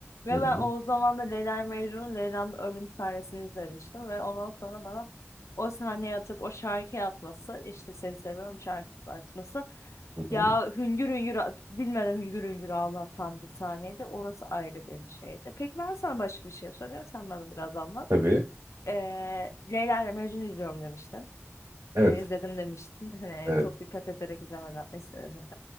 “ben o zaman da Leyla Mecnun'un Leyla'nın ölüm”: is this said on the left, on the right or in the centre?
Left